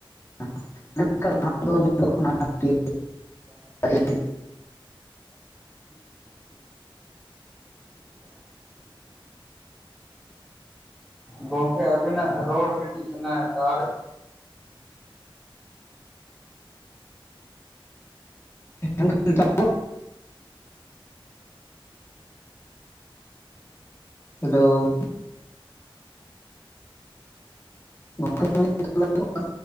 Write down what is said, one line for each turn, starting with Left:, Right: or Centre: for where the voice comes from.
Left: <inaudible> ᱧᱮᱞᱚᱜ ᱠᱟᱱᱟ ᱟᱨᱠᱤ <inaudible>
Centre: ᱜᱚᱝᱠᱮ ᱟᱹᱵᱤᱱᱟᱜ ᱨᱚᱲ ᱠᱟᱹᱴᱤᱡ ᱚᱱᱟ ᱴᱟᱣᱟᱨ ᱮ
Left: <inaudible> ᱦᱮᱞᱳ! ᱜᱚᱝᱠᱮ ᱢᱮᱱᱫᱟᱧ ᱱᱤᱛᱚᱜ ᱨᱚᱲ ᱟᱸᱡᱚᱢᱚᱜ ᱠᱟᱱᱟ?